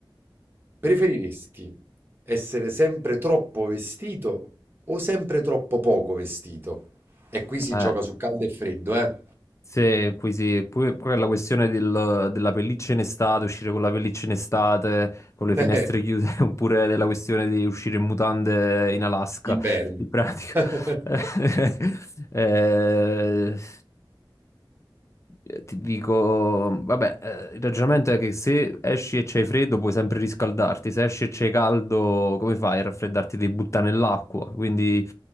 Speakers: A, on the right; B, on the left.
A: preferiresti essere sempre troppo vestito o sempre troppo poco vestito? E qui si
B: Eh,
A: gioca su caldo e freddo, eh?
B: se, qui sì, pure, pure la questione del- della pelliccia in estate, uscire con la pelliccia in estate, con le finestre
A: <laughs>
B: chiuse, <laughs> oppure della questione di uscire in mutande in Alaska,
A: Inverno.
B: in pratica.
A: <laughs>
B: <laughs> Eh, ti dico, vabbè, eh, il ragionamento è che se esci e c'hai freddo puoi sempre riscaldarti, se esci e c'hai caldo, come fai a raffreddarti? Devi buttare nell'acqua, quindi...